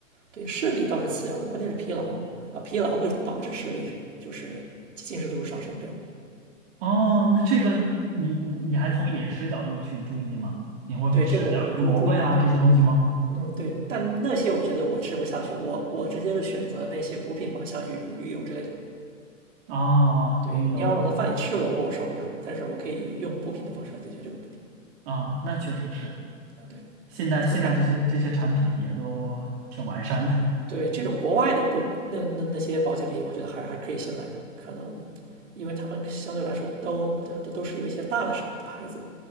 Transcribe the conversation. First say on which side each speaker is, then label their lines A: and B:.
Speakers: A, on the right; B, on the right.
A: 对，视力倒是次要的，关键是疲劳啊，疲劳会导致视力就是近视度数上升这样。
B: 哦，那这个你你还从饮食角度去注意吗？你会吃点胡萝卜呀这些东西吗？
A: 对，这个我会注注意一点。对嗯，对，但那些我觉得我吃不下去，我我直接就选择那些补品吧，像鱼鱼油之类的。
B: 啊，
A: 对，
B: 鱼油，
A: 你要我在饭里吃萝卜，
B: 然后
A: 我受不了，但是我可以用补品的方式来解决这个问题。
B: 啊，那确实是。
A: 啊，对，
B: 现在现在这些这些产品也都挺完善的。
A: 怎么改呢？对，这种国外的补那那那些保健品，我觉得还还可以信赖的，可能因为他们相对来说都都都是有一些大的是牌子，